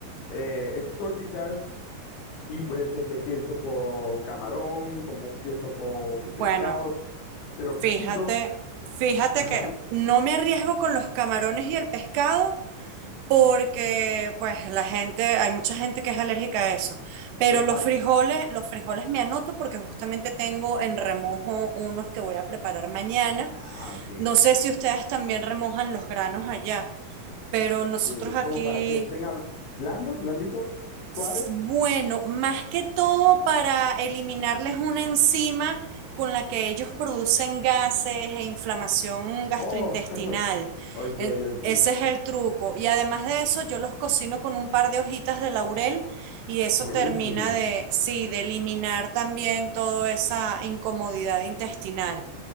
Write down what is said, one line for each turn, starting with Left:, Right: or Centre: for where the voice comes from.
Left: eh, exóticas y puede ser de queso con camarón, como queso con
Right: Bueno,
Left: pescado, pero poquito.
Right: Fíjate, fíjate
Left: Ajá,
Right: que no me arriesgo con los camarones y el pescado porque pues la gente, hay mucha gente que es alérgica a eso, pero
Left: exacto.
Right: los frijoles, los frijoles me anoto porque justamente tengo en remojo unos que voy a preparar mañana.
Left: Ah, ok.
Right: No sé si ustedes también remojan los granos allá, pero nosotros
Left: Eh,
Right: aquí
Left: como para que estén hab- blandos, blanditos, suaves.
Right: S- Bueno, más que todo para eliminarles una enzima con la que ellos producen gases e inflamación gastrointestinal.
Left: Oh, <laughs> ok,
Right: En-
Left: ok.
Right: Ese es el truco. Y además de eso, yo los cocino con un par de hojitas de laurel y eso
Left: Buenísimo.
Right: termina de, sí, de eliminar también toda esa incomodidad intestinal.